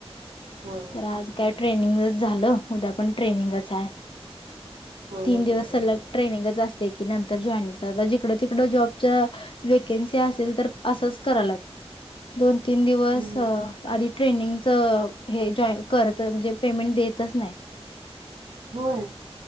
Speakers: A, on the right; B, on the left.
A: हां
B: तर आज काय ट्रेनिंगच झालं. उद्या पण ट्रेनिंगच आहे
A: हां
B: तीन
A: हां हां
B: दिवस
A: हां,
B: सलग
A: हां.
B: ट्रेनिंगच अस तय की, नंतर जॉईन होतात. आता जिकडं तिकडं जॉबच्या वेकेन्सी असेल तर असंच करायल्यात दोन तीन दिवस
A: हं.
B: अ आधी ट्रेनिंगच हे जाॅय करत म्हणजे पेमेंट देतच नाही
A: होय!